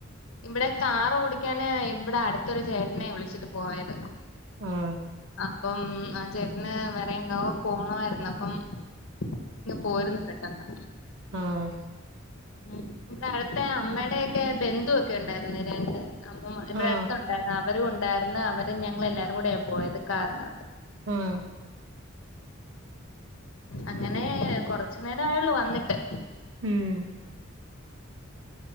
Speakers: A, on the left; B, on the right.
A: ഇവടെ കാറ് ഓടിക്കാന് ഇവടെ അടുത്തൊര് ചേട്ടനെ വിളിച്ചിട്ട് പോയത്
B: ആ
A: അപ്പം ആഹ് ചേട്ടന് വേറെ എങ്ങോ പോണവാര്ന്ന് അപ്പം ഇങ്ങ് പോര്ന്ന് പെട്ടന്ന്
B: ആഹ്
A: ഉം ഇവടെ അടുത്തെ അമ്മേടെക്കെ ബന്ധുവൊക്കെ ഒണ്ടാര്ന്ന് രണ്ട് അപ്പം ഇവടെ
B: ആ
A: അട്ത്തുണ്ടാ ന്ന അവരും ഉണ്ടാര്ന്ന് അവരും ഞങ്ങള് എല്ലാരും കൂടെയാ പോയത് കാറിനകത്ത്
B: ആഹ്
A: അങ്ങനെ കൊറച്ച് നേരായോള്ളൂ വന്നിട്ട്
B: ഉം